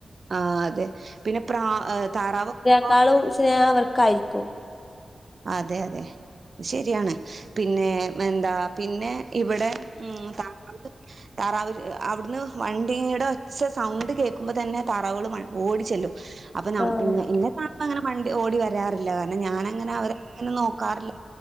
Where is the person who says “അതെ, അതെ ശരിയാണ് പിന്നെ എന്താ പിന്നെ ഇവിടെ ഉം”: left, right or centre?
Right